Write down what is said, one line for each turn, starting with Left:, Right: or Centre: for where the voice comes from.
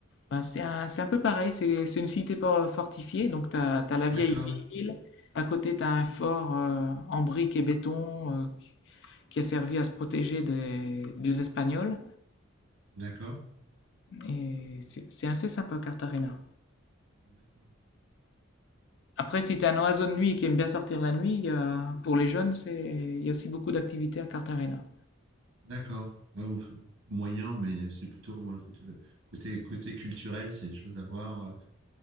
Left: Bah, c'est un, c'est un peu pareil, c'est c'est une cité por- fortifiée, donc t'as, t'as la vieille
Right: D'accord,
Left: ville, à côté t'as un fort euh, en briques et béton euh, qui a servi à se protéger des, des Espagnols,
Right: d'accord,
Left: et c'est c'est assez sympa Cartagena.
Right: d'accord,
Left: Après, si t'es un oiseau de nuit et qui aime bien sortir la nuit, il y a- pour les jeunes, c'est, il y a aussi beaucoup d'activités à Cartagena.
Right: d'accord. Ouais, bon, moyen, mais c'est plutôt moi, le côté, côté, côté culturel, s'il y a des choses à voir.